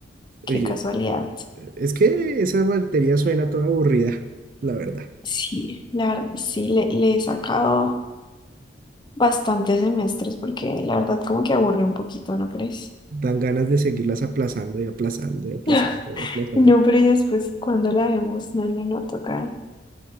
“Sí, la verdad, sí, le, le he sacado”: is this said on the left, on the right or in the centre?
Left